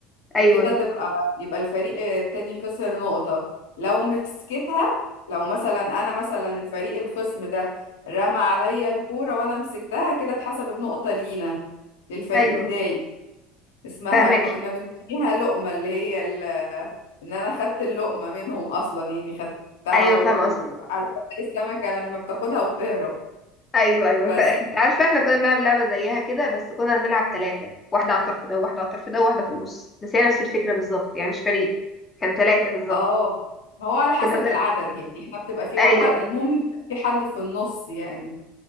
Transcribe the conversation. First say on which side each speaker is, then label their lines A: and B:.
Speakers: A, on the left; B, on the left.
A: أيوه
B: وكده تبقى يبقى الفريق التاني خسر نقطة لو مسكتها لو مثلا انا مثلا الفريق الخصم ده رمى عليا الكورة وانا مسكتها كده اتحسبت نقطة لينا للفريق
A: أيوه
B: بتاعي اسمها
A: فاهمك
B: كنا بنسميها لقمة اللي هي ال... ان انا خدت اللقمة منهم اصلا يعني خدتها
A: ايوه
B: وعارفة
A: فاهم قصدي
B: زي السمكة لما بتاخدها وتهرب
A: ايوه ايوه
B: بس
A: انت إحنا- انت عارفه احنا كنا بنلعب لعبه زيها كده بس كنا بنلعب ثلاثه واحده على الطرف ده وواحده على الطرف ده وواحده في النص بس هي نفس الفكره بالظبط يعني مش فريق كان ثلاثه بالظبط
B: اه هو على حسب
A: كنا بن...
B: العدد يعني احنا بتبقى في
A: ايوه
B: واحد المهم يبقى في حد في النص يعني